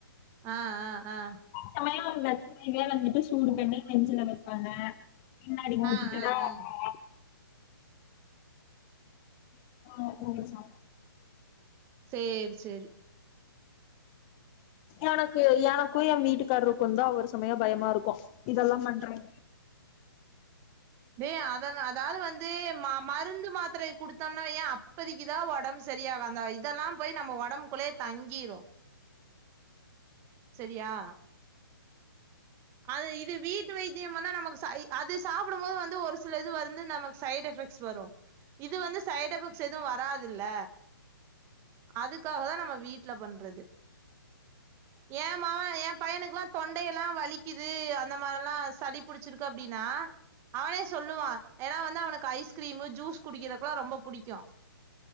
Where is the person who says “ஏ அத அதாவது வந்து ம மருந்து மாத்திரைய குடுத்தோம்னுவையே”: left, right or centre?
Right